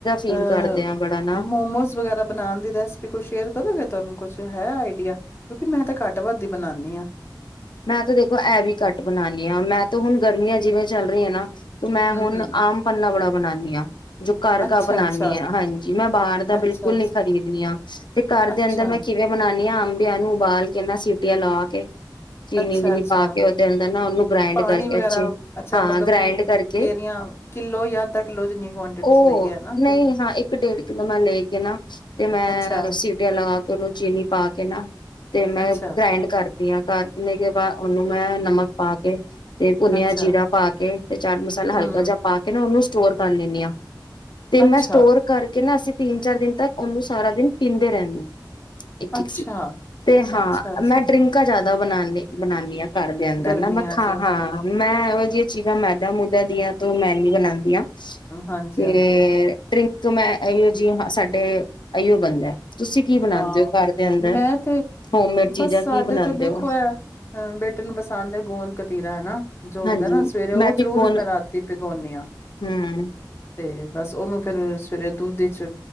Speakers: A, on the left; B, on the left.
A: ਫੀਲ
B: ਅ
A: ਕਰਦੇ ਹਾਂ ਬੜਾ ਨਾ
B: ਮੋਮੋਸ ਵਗੈਰਾ ਬਣਾਉਣ ਦੀ ਰੈਸਪੀ ਕੁਛ ਸ਼ੇਅਰ ਕਰੋਗੇ ਤੁਹਾਨੂੰ ਕੁਛ ਹੈ ਆਈਡੀਆ ਕਿਉਂਕਿ ਮੈਂ ਤਾਂ ਘੱਟ ਵੱਧਦੀ ਬਣਾਉਦੀ ਹਾਂ
A: ਮੈਂ ਤਾਂ ਦੇਖੋ ਇਹ ਵੀ ਕੱਟ ਬਣਾਉਂਦੀ ਹਾਂ ਮੈਂ ਤਾਂ ਹੁਣ ਗਰਮੀਆਂ ਜਿਵੇਂ ਚੱਲ ਰਹੀਆਂ ਨਾ ਤੇ ਮੈਂ
B: ਹੂੰ-ਹੂੰ,
A: ਹੁਣ ਆਮ ਪੰਨਾ ਬੜਾ ਬਣਾਉਾਨਦੀ ਹਾਂ ਜੋ ਘਰ
B: ਅੱਛਾ-ਅੱਛਾ,
A: ਘ ਬਣਾਦੀ ਹ ਹਾਂਜੀ ਮੈਂ ਬਾਹਰ ਦਾ
B: ਅੱਛਾ-ਅੱਛਾ,
A: ਬਿਲਕੁਲ ਨੀ ਖਰੀਦਣੀ ਆ ਤੇ ਘਰ
B: ਅੱਛਾ,
A: ਦੇ ਅੰਦਰ ਮੈਂ ਕਿਵੇਂ ਬਣਾਾਨਦੀ ਹਾਂ ਅੰਬੀਆਂ ਨੂੰ ਉਬਾਲ ਕੇ ਨਾ ਸੀਟੀਆਂ ਲਾ ਕੇ ਚੀਨੀ
B: ਅੱਛਾ-ਅੱਛਾ।
A: ਵੀਨੀ ਪਾ ਕੇ ਉਹਦੇ ਅੰਦਰ ਨਾ ਉਹਨੂੰ ਗ੍ਰਾਇੰਡ
B: ਪਾਣੀ
A: ਕਰਕੇ
B: ਵਗੈਰਾ
A: ਅੱਛੇ
B: ਅੱਛਾ
A: ਹਾਂ
B: ਮਤਲਬ
A: ਗ੍ਰਾਇੰਡ
B: ਕਿ
A: ਕਰਕੇ
B: ਕੇਰੀਆਂ ਕਿੱਲੋ ਜਾਂ ਅੱਧਾ ਕਿੱਲੋ ਜਿੰਨੀ ਕੁਆਂਟਿਟੀ
A: ਉਹ
B: ਲਈ ਹੈ ਨਾ
A: ਨਹੀਂ
B: ਕੇਰੀ?
A: ਹਾਂ ਇੱਕ ਡੇਢ ਕਿਲੋ ਮੈਂ ਲੈ ਕੇ ਨਾ ਤੇ ਮੈਂ
B: ਅੱਛਾ,
A: ਸੀਟੀਆਂ ਲਗਾ ਕੇ ਉਹਨੂੰ ਚੀਨੀ ਪਾ ਕੇ ਨਾ ਤੇ ਮੈਂ
B: ਅੱਛਾ,
A: ਗ੍ਰਾਇਡ ਕਰ ਅੰਬੀਆਂ ਘਰ ਕਿ ਉਹਨੂੰ ਮੈਂ ਨਮਕ ਪਾ ਕੇ ਤੇ ਭੁੰਨਿਆ
B: ਅੱਛਾ,
A: ਜੀਰਾ ਪਾ ਕੇ ਤੇ ਚਾਟ ਮਸਾਲਾ
B: ਹੂੰ,
A: ਹਲਕਾ ਜਿ ਪਾ ਕੇ ਨਾ ਉਹਨੂੰ ਸਟੋਰ ਕਰ ਲੈਂਨ ਹਾਂ ਤੇ
B: ਅੱਛਾ,
A: ਮੈਂ ਸਟੋਰ ਕਰਕੇ ਕਹਿੰਦਾ ਅਸੀਂ ਤਿੰਨ ਚਾਰ ਦਿਨ ਤੱਕ ਉਹਨੂੰ ਸਾਰਾ ਦਿਨ ਪੀਂਦੇ ਰਹਿੰਦੇ ਆਾਂ ਇੱਕ
B: ਅੱਛਾ,
A: ਇੱਕ ਸੀ ਤੇ ਹਾਂ
B: ਅੱਛਾ-ਅੱਛਾ।
A: ਮੈਂ ਡਰਿੰਕ ਜਿਆਦਾ ਬਣਾਾਨ ਬਣਾਉਦੀ ਹਾਂ ਕਰਦੇ ਅੰਦਰ
B: ਗਰਮੀਆਂ
A: ਨਾ ਮੈਂ ਖਾਂ
B: 'ਚ
A: ਹਾਂ ਮੈਂ ਇਹੋ ਜਿਹੀਆਂ ਚੀਜ਼ਾਂ ਮੈਦਾ ਮੂਦਾ ਦੀਆਂ ਤ ਮਹਿੰਗੀ ਬਣਾਉਂਦੀ ਆ।
B: ਹਾਂਜੀ-ਹਾਂਜੀ।
A: ਤੇ ਡਰਿੰਕ ਮੈਂ ਇਹ ਜਿ ਸਾ ਤੇ ਅਈਓ ਬਨਦਾ। ਤੁਸੀਂ ਕੀ ਬਣਾਉਦੇ
B: ਹਾਂ
A: ਹੋ ਘਰ ਦੇ ਅੰਦਰ
B: ਮੈਂ ਤੇ
A: ਹੋਮਮੇਡ
B: ਬਸ
A: ਚੀਜ਼ਾਂ
B: ਸਾਡੇ
A: ਕੀ ਬਣਾਉਂਦੇ
B: ਤੇ ਦੇਖੋ
A: ਹੋ?
B: ਐ ਅ ਬੇਟੇ ਨੂੰ ਬਸਾ ਦੇ ਗੋਦ ਕਤੀਰਾ ਹਨਾ। ਜੋ ਹੁੰਦਾ
A: ਹਾਂਜੀ
B: ਨਾ ਸਵੇਰੇ ਉਹ
A: ਮੈਂ ਵੀ
B: ਜ਼ਰੂਰ
A: ਗੋਨ
B: ਮੈਂ ਰਾਤੀ ਭਿਗਾਉਂਦੀ ਹਾਂ
A: ਹਮ
B: ਤੇ ਬਸ ਉਹਨੂੰ ਫੇਰ ਫਿਰ ਦੁੱਧ ਇਚ